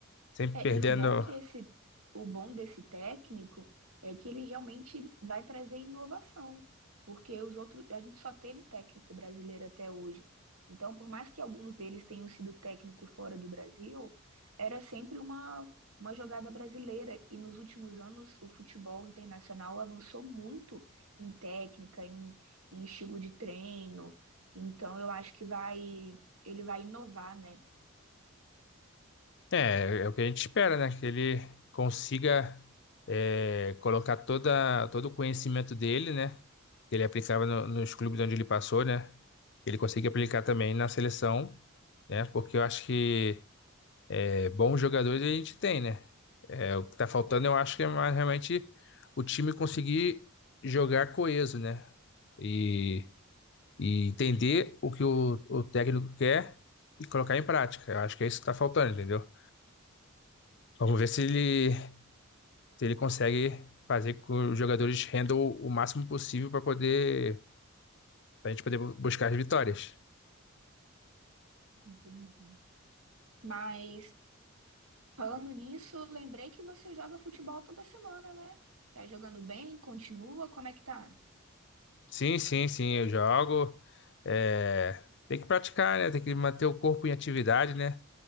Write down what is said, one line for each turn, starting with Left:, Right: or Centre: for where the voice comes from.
Left: Sempre
Right: É,
Left: perdendo.
Right: e o bom que esse, o bom desse técnico é que ele realmente vai trazer inovação, porque os outros, a gente só teve técnico brasileiro até hoje. Então, por mais que alguns deles tenham sido técnico fora do Brasil, era sempre uma, uma jogada brasileira. E nos últimos anos, o futebol internacional avançou muito em técnica, em, em estilo de treino. Então, eu acho que vai, ele vai inovar, né?
Left: É, é o que a gente espera, né? Que ele consiga é, colocar toda, todo o conhecimento dele, né? Que ele aplicava no- nos clubes onde ele passou, né? Ele consiga aplicar também na seleção, né? Porque eu acho que é, bons jogadores a gente tem, né? É, o que tá faltando, eu acho que é mais realmente o time conseguir jogar coeso, né? E, e entender o que o, o técnico quer e colocar em prática. Eu acho que é isso que tá faltando, entendeu? Vamos ver se ele se ele consegue fazer com que os jogadores rendam o o máximo possível para poder, para a gente poder bu- buscar as vitórias.
Right: Entendi. Mas Falando nisso, lembrei que você joga futebol toda semana, né? Tá jogando bem? Continua? Como é que tá?
Left: Sim, sim, sim, eu jogo. É, tem que praticar, né? Tem que manter o corpo em atividade, né?